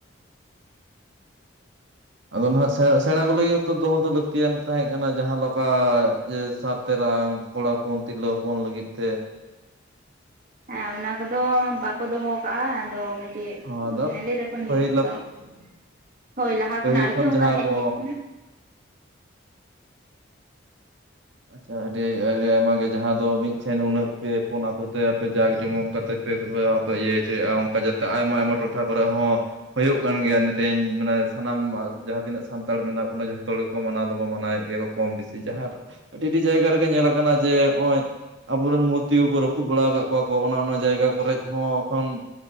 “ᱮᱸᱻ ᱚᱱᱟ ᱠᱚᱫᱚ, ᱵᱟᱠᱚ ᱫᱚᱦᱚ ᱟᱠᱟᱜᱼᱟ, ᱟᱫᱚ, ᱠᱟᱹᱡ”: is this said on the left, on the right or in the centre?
Right